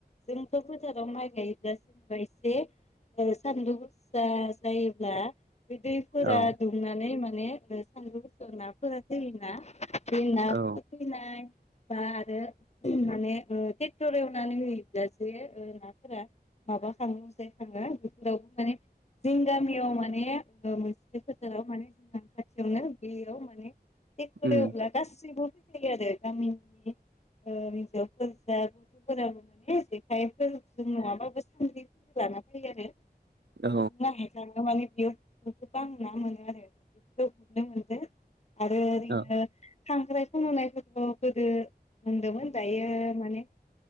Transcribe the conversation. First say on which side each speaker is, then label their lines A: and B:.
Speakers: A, on the left; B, on the right.
A: जोंथ' फोथाराव माइ गायोब्ला जेनेबा एसे सानदुं <unintelligible> जायोब्ला बे दैफोरा
B: औ
A: दुंनानै माने सानदुं बुसोर नाफोरा जैयोना <unintelligible>
B: औ
A: बा आरो माने ट्रेक्टर एवनानै होयोब्लासो नाफोरा माबा खाङो जायखाङो बेफोरावबो माने जों गामियाव माने मोनसेलि फोथाराव माने जोंना खाथियावनो बेयाव माने ए
B: उम
A: दब्ला गासैबो ग गामि हिाबफोरसा गथ'फोराबो मोने जेखायफोर जों नङाबाबो सान्रिफोरबो लाना फै आरो <unintelligible>
B: औ
A: गोबां ना मोनो आरो बेखौ हमनो मोनदो आरो ओरैनो
B: औ
A: खांख्राय खन'नायफोरखौ गोदो मोनदोंमोन दायो माने